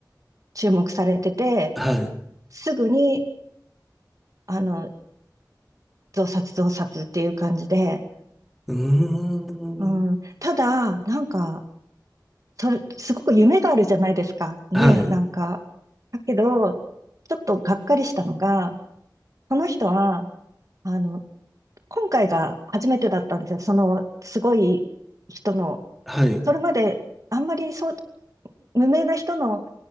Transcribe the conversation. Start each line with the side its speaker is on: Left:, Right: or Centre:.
Right: 注目されてて、
Centre: はい。
Right: すぐに、あの、増刷増刷っていう感じで、
Centre: うーん。
Right: うん、ただ、なんか、それ、すごく夢があるじゃないですか。ね、
Centre: はい。
Right: なんか。だけど、ちょっとがっかりしたのが、この人は、あの、今回が初めてだったんですよ。その、すごい人の、
Centre: はい。
Right: それまで、あんまりそう、無名な人の